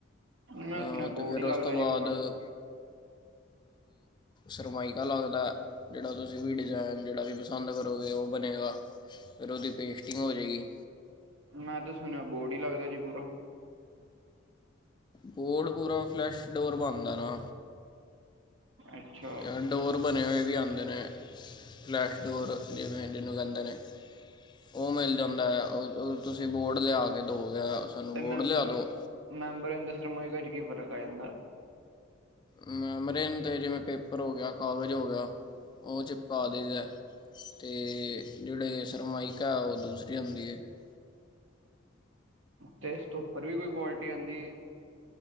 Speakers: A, on the right; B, on the left.
A: ਮੈਂ
B: ਆ
A: ਸੁਣਿਆ ਬੋਰਡ
B: ਫਿਰ
A: ਹੀ ਲੱਗਦਾ
B: ਉਸ ਤੋਂ ਬਾਅਦ
A: ਜੀ ਪੂਰਾ
B: ਆ ਸਰਮਾਇਕਾ ਲੱਗਦਾ ਜਿਹੜਾ ਤੁਸੀਂ ਵੀ ਡਿਜ਼ਾਇਨ ਜਿਹੜਾ ਵੀ ਪਸੰਦ ਕਰੋਗੇ ਉਹ ਬਣੇਗਾ ਫਿਰ ਉਸ ਦੀ ਪੇਸਟਿੰਗ ਹੋ ਜੇ ਗੀ
A: ਮੈਂ ਤੇ ਸੁਣਿਆ ਬੋਡ ਹੀ ਲੱਗਦਾ ਜੀ ਪੂਰਾ
B: ਬੋਡ ਪੂਰਾ ਫਲੈਸ਼ ਡੋਰ ਬਣਦਾ ਨਾ
A: ਅੱਛਾ
B: ਜਾ ਡੋਰ ਬਣੇ ਹੋਏ ਵੀ ਆਦੇ ਦੇ ਨੇ ਫਲੈਸ਼ ਡੋਰ ਜਿਵੇਂ ਜਿਹਨੂੰ ਕਹਿਦੇ ਨੇ ਉਹ ਮਿਲ ਜਾਂਦਾ ਹੈ ਤੁਸੀਂ ਬੋਰਡ ਲਿਆ ਕੇ ਦੋਗੇ ਸਾਨੂੰ
A: ਤੇ
B: ਬੋਰਡ
A: ਮੈਂਬਰ
B: ਲਿਆ ਦਿਓ
A: ਚ ਕੀ ਫਰਕ ਆ ਜਾਂਦਾ
B: ਮੈਮਰੇਨ 'ਤੇ ਜਿਵੇਂ ਪੇਪਰ ਹੋ ਗਿਆ ਕਾਗਜ਼ ਹੋ ਗਿਆ ਉਹ ਚਿਪਕਾ ਦੇਜ ਹੈ ਅਤੇ ਜਿਹੜੇ ਸਰਮਾਇਕਾ ਉਹ ਦੂਸਰੀ ਹੁੰਦੀ ਹੈ
A: ਤੇ ਤੋਂ ਉੱਪਰ ਵੀ ਕੋਈ ਕੁਆਲਿਟੀ ਆਉਂਦੀ